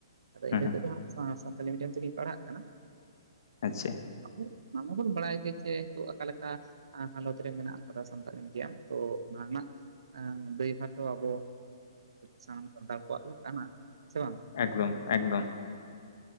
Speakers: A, on the right (about 80°); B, on the left (about 50°).
A: ᱢ ᱟᱫᱚ
B: ᱦᱮᱸ
A: ᱤᱧ
B: ᱦᱮᱸ
A: ᱫᱚ ᱥᱟᱱᱛᱟᱞᱤ ᱢᱤᱰᱤᱭᱟ. ᱢ ᱛᱮᱜᱤᱧ ᱯᱟᱲᱦᱟᱜ ᱠᱟᱱᱟ
B: ᱟᱪᱷᱟ
A: ᱟᱵᱚ ᱚᱱᱟ ᱢᱟᱵᱚᱱ ᱵᱟᱲᱟᱭ ᱜᱮ ᱡᱮ ᱱᱤᱛᱚᱜ ᱚᱠᱟᱞᱮᱠᱟ ᱦᱟᱞᱚᱛ ᱨᱮ ᱢᱮᱱᱟᱜ ᱟᱠᱟᱫᱟ ᱥᱟᱱᱛᱟᱲᱤ ᱢᱤᱰᱤᱭᱟ. ᱢ ᱛᱚ ᱚᱱᱟ ᱨᱮᱱᱟᱜ ᱮᱧ ᱫᱟᱹᱭ ᱵᱟᱨ ᱫᱚ ᱟᱵᱚ ᱥᱟᱱᱟᱢ ᱥᱟᱱᱛᱟᱲ ᱠᱚᱣᱟᱜ ᱜᱮ ᱠᱟᱱᱟ ᱥᱮ ᱵᱟᱝ
B: ᱮᱠᱫᱚᱢ ᱮᱠᱫᱚᱢ